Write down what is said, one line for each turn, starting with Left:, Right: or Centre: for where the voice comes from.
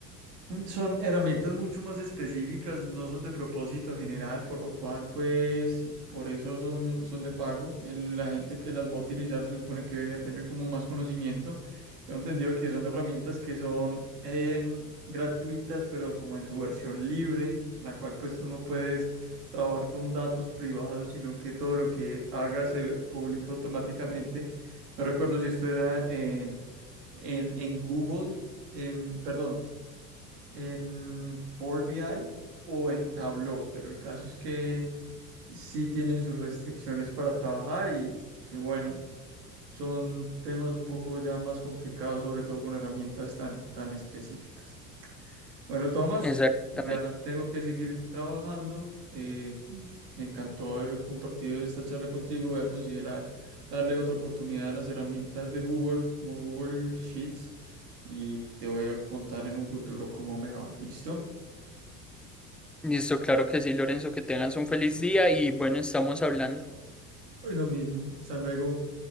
Right: Mm, Son herramientas mucho más específicas, no son de propósito general, por lo cual, pues, por eso son, son de pago. El- La gente que las va a utilizar se supone que debería tener como más conocimiento. Tengo entendido que son herramientas que son em, gratuitas, pero como en su versión libre, la cual pues tú no puedes trabajar con datos privados, sino que todo lo que hagas se publica automáticamente. No recuerdo si esto era en, en, en Google, em, perdón en Power BI o en Tableau, pero el caso es que sí tienen sus restricciones para trabajar y, y bueno, son temas un poco ya más complicados, sobre todo con herramientas tan, tan específicas. Bueno, Tomás,
Centre: Exactamente.
Right: ya tengo que seguir trabajando. eh, me encantó haber compartido esta charla contigo. Voy a considerar darle otra oportunidad a las herramientas de Google, como Google Sheets, y te voy a contar en un futuro cómo me va. ¿Listo?
Centre: Listo, claro que sí, Lorenzo, que tengas un feliz día y bueno, estamos hablando.
Right: Lo mismo. Hasta luego.